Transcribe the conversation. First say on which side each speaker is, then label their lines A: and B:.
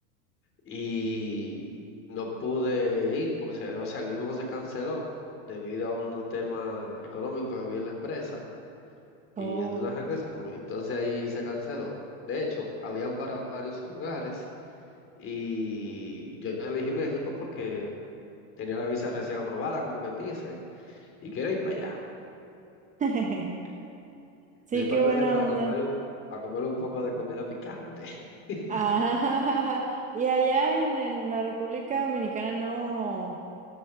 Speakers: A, on the left; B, on the right.
A: y no pude ir porque, se- o sea, el mismo se canceló debido a un tema económico que había en la empresa. y
B: Oh.
A: de una regresión. Entonces ahí se canceló. De hecho, habían para varios lugares y yo elegí México porque tenía la visa recién aprobada, como quien dice, y quería ir para allá,
B: <laughs> Sí,
A: principalmente
B: qué buena
A: para
B: onda.
A: comer, un- para comer un poco de comida picante. <laughs>
B: Ah, <laughs> y allá en, en la República Dominicana no,